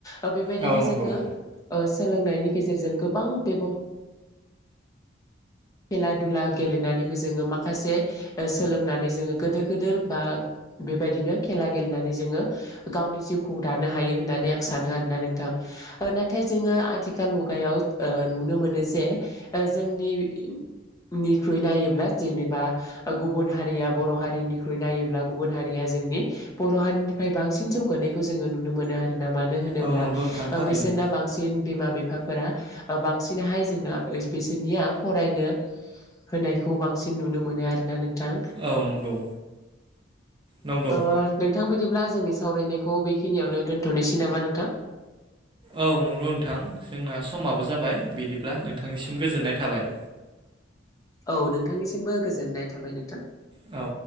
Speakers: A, on the left; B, on the right.
A: ओ बेबायदिनो
B: औ नंगौ औ नंगौ
A: जोंङो ओ सोलोंनायनि गेजेरजों गोबां बिबुं खेला दुला गेलेनानैबो जोंङो माखासे सोलोंनानै जोङो गिदोर गिदोर बा बेबायदिनो खेला गेलेनानै जोंङो गावनि जिउखौ दानो हायो होननानै आं सा सानो आरोना नोंथां नाथाय जोंङो आथिखाल मुगा गायाव ओ नुनो मोनो जे जोंनि निख्रुइ नायोब्ला जेनेबा गुबुन हारिया बर' हारिनिख्रुइ नायोब्ला गुबुन हारि रिया जोंनि बर' हारिनिफ्राय बांसिन जौगानायखौ जोङो नुनो मोनो आरो ना मानो होनोब्ला
B: औ नंगौ नोंथां थारैनो
A: बिसोरना बांसिन बिमा बि फाफोरा बांसिनहाय जोंना बिसोरनिया फरायनो होनायखौ बांसिन नुनो मोनो आरोना नों थां
B: औ नंगौ नंगौ
A: ओ नोंथां बिदिब्ला जोंनि सावरायनायखौ बेखिनियावनो दोन्थ'नोसै नामा नोंथां?
B: औ नंगौ नोंथां जोंना समाबो जाबाय बिदिब्ला नोंथांनिसिम गोजोननाय थाबाय।
A: औ नोंथांनिसिमबो गोजोननाय थाबाय नोंथां।
B: औ